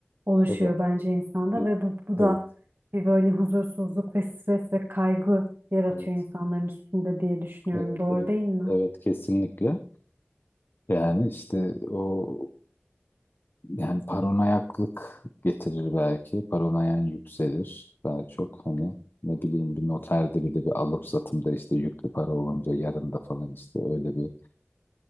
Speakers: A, on the right; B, on the left.
A: oluşuyor
B: tabii.
A: bence insanda
B: E-
A: ve bu, bu
B: Evet,
A: da bir böyle huzursuzluk ve stres ve kaygı yaratıyor
B: evet,
A: insanların üstünde diye düşünüyorum.
B: evet,
A: Doğru
B: evet,
A: değil mi?
B: evet kesinlikle. Yani işte o Yani paranoyaklık getirir belki. Paranoyan yükselir daha çok. Hani ne bileyim bir noterde bile bir alım satımda işte yüklü para olunca yarında falan işte öyle bir